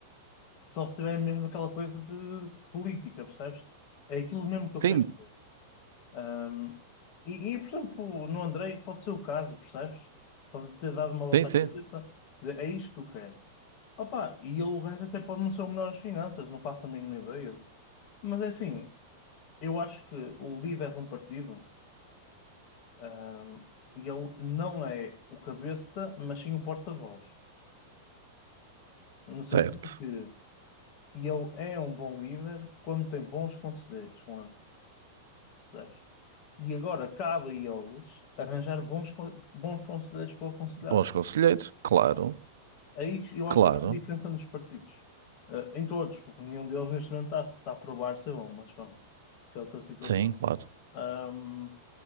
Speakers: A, on the left; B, on the right.
A: só se tiver mesmo aquela coisa de política, percebes? É aquilo mesmo que eu
B: Sim,
A: quero ver. Ahm, e, e, por exemplo, no Andrei pode ser o caso, percebes? Pode ter dado uma volta
B: sim, sim.
A: à cabeça, quer dizer, é isto que eu quero. Opa, e ele, o gajo até pode não ser o melhor às finanças, não faço a mínima ideia. Mas é assim, eu acho que o líder de um partido, ahm, ele não é o cabeça, mas sim o porta-voz. No
B: Certo.
A: sentido que ele é um bom líder quando tem bons conselheiros com ele, percebes? E agora cabe a eles arranjar bons, con- bons conselheiros para o aconselhar.
B: Bons conselheiros, claro,
A: Aí eu
B: claro.
A: acho que não há diferença nos partidos. Ah, em todos, porque nenhum deles neste momento está, está a provar ser bom, mas pronto, isso é outra situação.
B: Sim, claro.
A: Ahm,